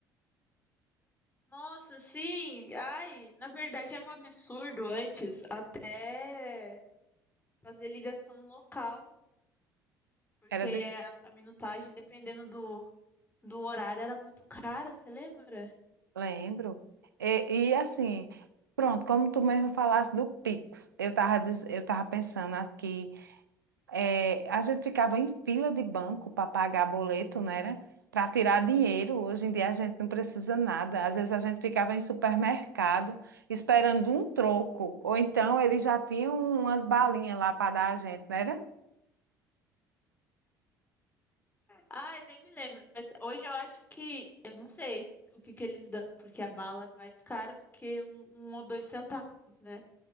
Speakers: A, on the left; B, on the right.
A: Nossa, sim. Ai, na verdade era um absurdo antes até fazer ligação local. Porque
B: Era de...
A: a, a minutagem, dependendo do do horário era muito cara, você lembra?
B: Lembro. E, e, assim, pronto, como tu mesmo falasse do Pix, eu estava eu tava pensando aqui. É, a gente ficava em fila de banco para pagar boleto, não era? Para tirar dinheiro. Hoje em dia a gente não precisa nada. Às vezes a gente ficava em supermercado esperando um troco. Ou então eles já tinham umas balinhas lá para dar a gente, não era?
A: Ai, nem me lembro, mas hoje eu acho que, eu não sei o que que eles dão, porque a bala é mais cara do que um, um ou dois centavos, né?